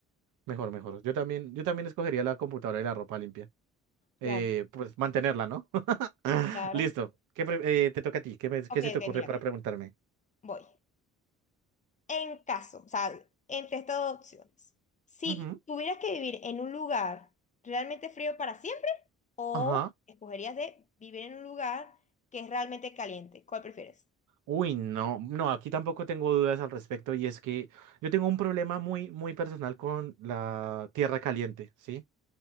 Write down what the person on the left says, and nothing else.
Claro,
claro.
Ok,
ok,
mira,
mira.
Voy. En caso, o sea, entre estas dos opciones, si
tuvieras que vivir en un lugar realmente frío para siempre, O
escogerías de vivir en un lugar que es realmente caliente. ¿Cuál prefieres?